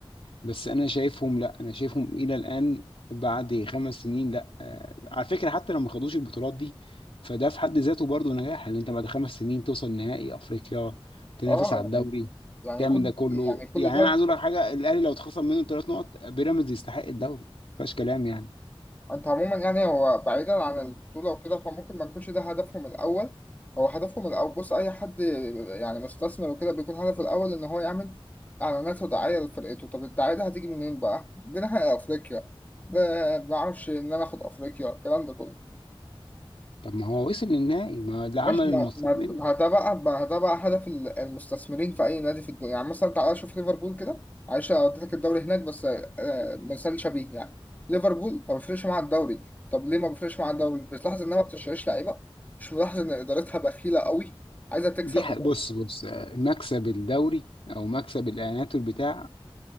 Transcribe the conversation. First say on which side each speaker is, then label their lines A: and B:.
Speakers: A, on the left; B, on the left.
A: بس أنا شايفهم لا أنا شايفهم إلى الآن بعد خمس سنين لا آه، على فكرة حتى لو ما خدوش البطولات دي فده في حد ذاته برضه نجاح إن أنت بعد خمس سنين توصل نهائي أفريقيا تنافس
B: اه
A: على الدوري
B: يعني يعني
A: تعمل
B: كل
A: ده كله
B: يعني كل
A: يعني
B: ده
A: أنا عايز أقول لك حاجة الأهلي لو اتخصم منه ثلاث نقط بيراميدز يستحق الدوري ما فيهاش كلام يعني
B: انت عموما يعني هو بعيدا عن البطولة وكده فممكن ما يكونش ده هدفهم الأول هو هدفهم الأول بص أي حد يعني مستثمر وكده بيكون هدفه الأول إن هو يعمل إعلانات ودعاية لفرقته طب الدعاية دي هتيجي منين بقى؟ دي ناحية أفريقيا ب- بعرفش إن أنا آخد أفريقيا الكلام ده كله
A: طب ما هو وصل للنهائي ما ده عمل
B: ماشي
A: المطلوب
B: ما ما
A: منه
B: ما ده بقى ما ده بقى هدف ال- المستثمرين في اي نادي في الدنيا يعني مثلا تعالى شوف ليفربول كده معلش انا وديتك الدوري هناك بس آه، مثال شبيه يعني ليفربول ما بيفرقش معاها الدوري طب ليه ما بيفرقش معاها الدوري مش بتلاحظ انها ما بتشتريش لعيبه مش ملاحظ ان ادارتها بخيله قوي عايزه تكسب
A: دي ح...
B: وبس
A: بص بص آه، مكسب الدوري او مكسب الاعلانات والبتاع